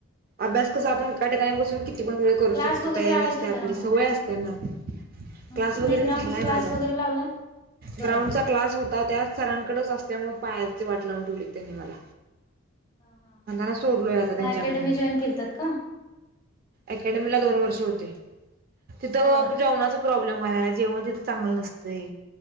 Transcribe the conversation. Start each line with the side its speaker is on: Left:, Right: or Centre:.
Right: अभ्यास कसं आपण एका ठिकाणी बसून किती पण वेळ करू
Left: क्लास
Right: शकतो
Left: वगैरे
Right: तयारी
Left: लावायचा
Right: असते
Left: होता
Right: आपली
Left: ना
Right: सवय
Left: मग
Right: असतेना.
Left: हम्म
Right: क्लास वगैरे
Left: नाही ग्राउंडचा
Right: झालाय
Left: क्लास
Right: माझा.
Left: वगैरे लावलात? बर.
Right: ग्राउंडचा क्लास होता त्यात सरांकडच असल्यामुळे पायाची वाट लावून ठेवली त्यांनी मला.
Left: हा हा हा.
Right: पणताना सोडलोय आता त्यांच्याकडनं
Left: मग अकॅडमी
Right: मी.
Left: जॉईन केलतात का?
Right: अकॅडमीला दोन वर्ष होते. तिथं
Left: बर.
Right: जेवणाचा प्रॉब्लेम व्हायला लाग ला जेवण तिथं चांगलं नसतंय.